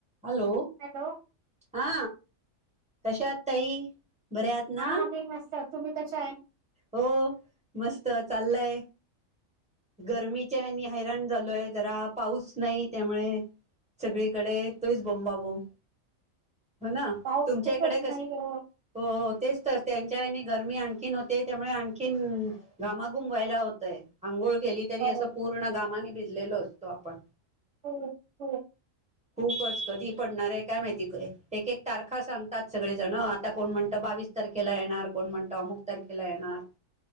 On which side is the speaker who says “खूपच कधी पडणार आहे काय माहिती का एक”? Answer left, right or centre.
Centre